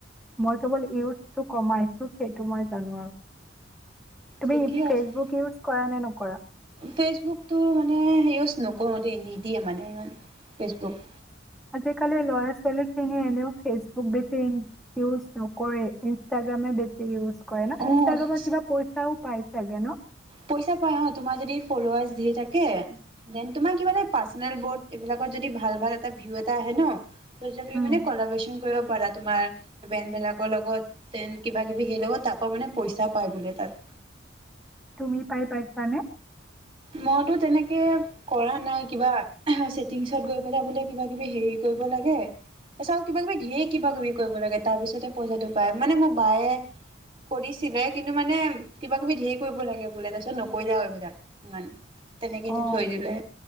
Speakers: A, in the centre; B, on the right (about 30°).
A: মই কেৱল ইউজটো কমাইছোঁ, সেইটো মই জানোঁ আৰু। তুমি
B: থিকেই
A: ফেচবুক
B: আছে,
A: ইউজ কৰা নে নকৰা
B: ফেচবুকটো মানে ইউছ নকৰোঁ দেই নিদিয়ে মানে ইমান, ফেচবুক!
A: আজি কালি ল'ৰা ছোৱালীখিনিও এনেও বেছি ফেচবুক ইউজ নকৰে ইনষ্টাগ্ৰাম হে বেছি ইউজ কৰে ন?
B: অ
A: ইনষ্টাগ্ৰামত কিবা পইচাও পাই চাগে ন?
B: পইচা পাই অ, তোমাৰ যদি ফল'ৱাৰ্ছ ধেৰ থাকে দেন তোমাৰ কিবা এটা পাৰ্ছনেল বৰ্ড এইবিলাকত যদি ভাল ভাল এটা ভিও আহে ন <unintelligible>
A: উম,
B: ক'লাবৰচেন কৰিব পাৰা তোমাৰ বেনবিলাকৰ লগত। দেন কিবা কিবি, সেই লগত আক' মানে পইচা পায় বোলে তাত।
A: তুমি পাই পাইছানে?
B: মইতো তেনেকে কৰা নাই, কিবা ছেটিংছত গৈ পেলাই বোলে কিবা কিবি হেৰি কৰিব লাগে, তাৰপিছত কিবা কিবি ধেৰ কিবা কিবি কৰিব লাগে, তাৰপিছতে পইচাটো পায় মানে মোক বায়ে কৰিছিলে কিন্তু মানে কিবা কিবি ধেৰ কৰিব লাগে বোলে, তাৰ পিছত নকৰিলে আৰু এইবিলাক। ইমান তেনেকে
A: অ
B: থৈ দিলে